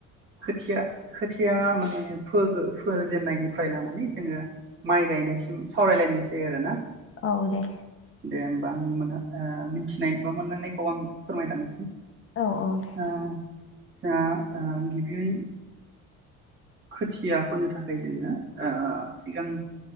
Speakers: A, on the right (about 40°); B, on the left (about 40°).
A: खोथिया खोथिया माने फोजेननायनिफ्राय लानानै जोङो माइ गायनायसिम सावरायलायनोसै आरोना? ओ
B: औ दे
A: दे ओम <unintelligible> आ मिथिनाय बा मोनदांनायखौ आं फोरमायलांनोसै
B: औ-औ दे।
A: ओ जोंहा आ गिबियै खोथियाफोनो थाखाय जोङो ओ-ओ सिगां